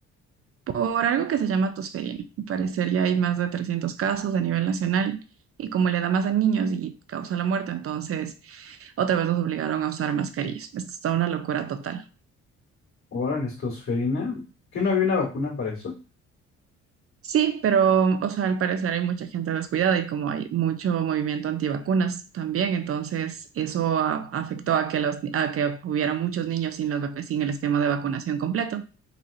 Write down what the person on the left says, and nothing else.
Órale, estosferina. ¿Qué no había una vacuna para eso?